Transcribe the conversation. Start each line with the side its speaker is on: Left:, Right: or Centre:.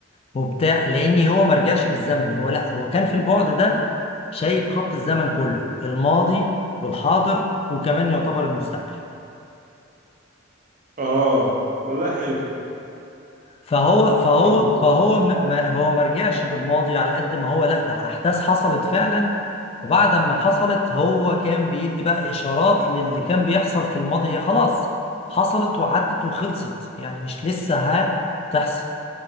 Left: وبتاع لان هو ما رجعش بالزمن هو لا هو كان في البعد ده شايف خط الزمن كله الماضي والحاضر وكمان يعتبر المستقبل
Right: آه والله حلو
Left: فهو فهو
Right: م.
Left: فهو م- ما هو ما رجعش بالماضي على قد ما هو لا ده احداث حصلت فعلا وبعد ما حصلت هو كان بيدي بقى اشارات للي كان بيحصل في الماضي هي خلاص حصلت وعدت وخلصت يعني مش لسه هتحصل